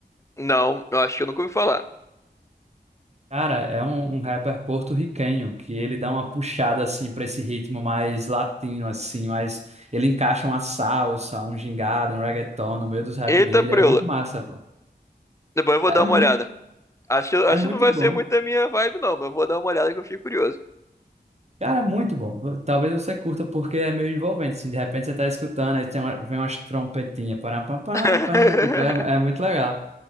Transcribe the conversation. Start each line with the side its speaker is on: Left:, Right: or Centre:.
Left: Não, eu acho que eu nunca ouvi falar.
Right: Cara, é um, um rapper porto-riquenho que ele dá uma puxada assim para esse ritmo mais latino assim, mas ele encaixa uma salsa, um gingado, um reggaeton no meio dos rap
Left: Eita,
Right: dele,
Left: preula.
Right: é muito massa, pô.
Left: Depois eu vou
Right: É
Left: dar uma
Right: muito,
Left: olhada. Acho, acho
Right: é muito
Left: que não vai
Right: bom.
Left: ser muito a minha vibe, não, mas eu vou dar uma olhada que eu fiquei curioso.
Right: Cara, muito bom. Talvez você curta porque é meio envolvente. Assim, de repente você tá escutando, aí tem uma- vem umas trompetinhas, para pá, pá,
Left: <laughs>
Right: pá, tipo, é, é muito legal.